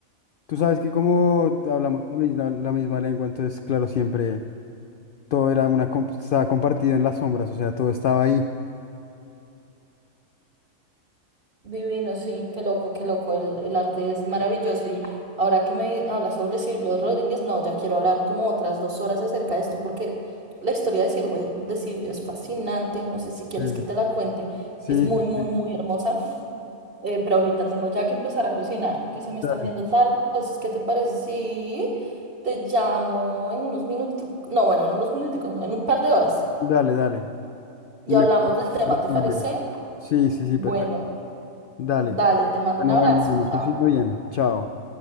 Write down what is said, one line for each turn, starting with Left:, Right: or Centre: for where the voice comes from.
Left: tú sabes que como hablamos la, mi- la la misma lengua, entonces, claro, siempre todo era una, comp- estaba compartido en las sombras, o sea, todo estaba ahí.
Right: Divino, sí, qué loco, qué loco, el, el arte es maravilloso y ahora que me hablas sobre Silvio Rodríguez, no, ya quiero hablar como otras dos horas acerca de esto porque la historia de Silvio, de Silvio es fascinante, no sé si quieres
Left: Eh,
Right: que te la cuente,
Left: Sí,
Right: es muy,
Left: sí,
Right: muy,
Left: sí,
Right: muy hermosa, eh, pero ahorita tengo ya que empezar a cocinar porque se me está
Left: dale,
Right: haciendo tarde, entonces, ¿qué te parece si te llamo en unos minutos, no, bueno, en unos minuticos, no, en un par de horas
Left: dale, dale.
Right: y
Left: Y me
Right: hablamos
Left: cuentas
Right: del tema,
Left: por aquí
Right: ¿te parece?
Left: el Sí, sí, sí,
Right: Bueno,
Left: perfecto. Dale.
Right: dale, te mando
Left: Bueno,
Right: un abrazo,
Left: bueno, bueno,
Right: chao.
Left: cocina bien. Chao.